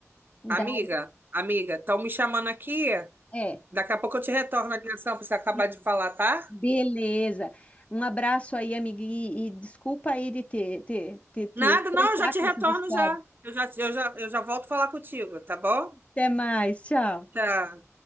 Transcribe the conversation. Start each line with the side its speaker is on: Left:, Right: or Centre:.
Left: Daí,
Right: Amiga, amiga, estão me chamando aqui.
Left: é,
Right: Daqui a pouco eu te retorno a ligação para você acabar
Left: sim,
Right: de falar, tá?
Left: beleza. Um abraço aí, amiga, e, e desculpa aí de te, te, te, te
Right: Nada,
Left: estressar
Right: não, eu já te
Left: com
Right: retorno
Left: essas histórias.
Right: já. Eu já, eu já, eu já volto falar contigo, tá bom?
Left: Até mais, tchau.
Right: Tchau.